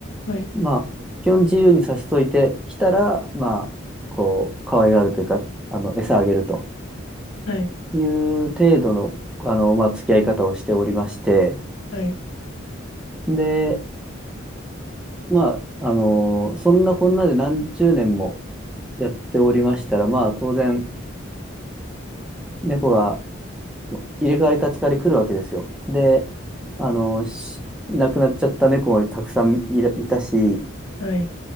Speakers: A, on the left; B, in the centre.
A: はい
B: まあ、基本自由にさせといてきたら、まあ、こう、可愛がるというか、あの、餌あげると
A: はい
B: いう程度の、あの、まあ、付き合い方をしておりまして、
A: はい
B: で、まあ、あのーそんなこんなで何十年もやっておりましたら、まあ、当然、猫が入れ替わり立ち替わり来るわけですよ。で、あのーし亡くなっちゃった猫もたくさんいら、いたし、
A: はい